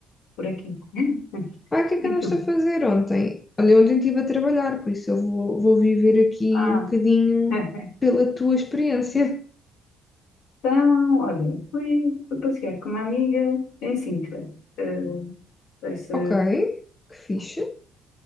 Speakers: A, on the left (about 85°); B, on the left (about 20°).
A: por aqui. <laughs>
B: Ah, o que é que
A: E
B: andaste
A: tu?
B: a fazer ontem? Olha, ontem estive a trabalhar, por isso eu vou, vou viver aqui
A: Ah,
B: um bocadinho
A: <laughs>
B: pela tua experiência.
A: então, olha, fui, fui passear com uma amiga em Sintra. Eh, não sei se
B: Ok, que fixe.